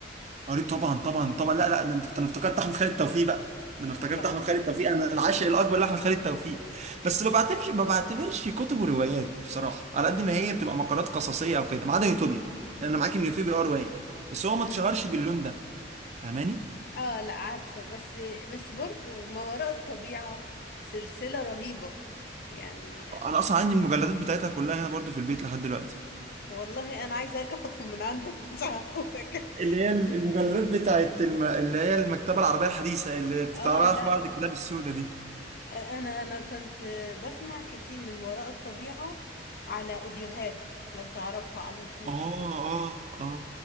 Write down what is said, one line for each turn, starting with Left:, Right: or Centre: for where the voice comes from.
Right: قريت طبعا طبعا طبعا لا لا ده انت ده انا افتكرت احمد خالد توفيق بقى ده انا افتكرت
Left: آه، غلط
Right: احمد خالد توفيق انا العاشق الاكبر لاحمد خالد توفيق بس ما بعتبرش ما بعتبرش كتب وروايات بصراحه على قد ما هي بتبقى مقالات قصصيه او كده ما عدا يوتوبيا يعني انا معاك ان يوتوبيا اه روايه بس هو ما
Left: ر-
Right: اتشهرش باللون ده فاهماني
Left: اه لا عارفه بس بس برضو ما وراء الطبيعه سلسله رهيبه يعني
Right: انا اصلا عندي المجلدات بتاعتها كلها هنا برضو في البيت لحد دلوقتي
Left: والله انا عايزه اجي اخدهم من عندك مش هقولك
Right: اللي هي المجلدات بتاعت الم... اللي هي المكتبة العربية الحديثة اللي بتتعمل
Left: اه لا
Right: في معرض الكتاب السوداء دي
Left: انا انا كنت بسمع كتير من وراء الطبيعه على اوديوهات لو تعرفها على اليوتيوب
Right: اه اه اه